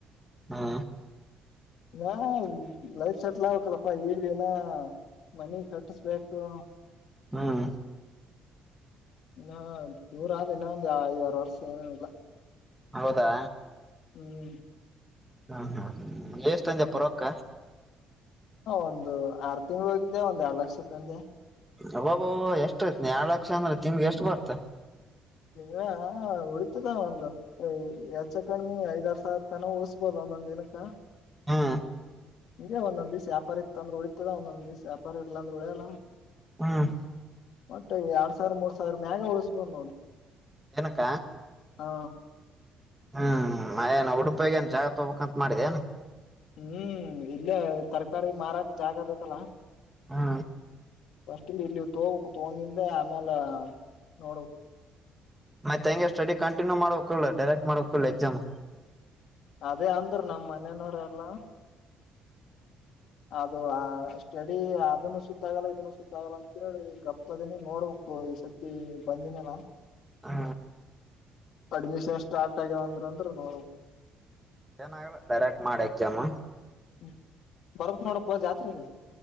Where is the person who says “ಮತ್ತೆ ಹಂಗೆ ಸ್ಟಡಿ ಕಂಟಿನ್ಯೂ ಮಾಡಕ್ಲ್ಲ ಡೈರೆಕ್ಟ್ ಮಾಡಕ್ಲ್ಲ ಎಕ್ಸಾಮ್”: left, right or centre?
Centre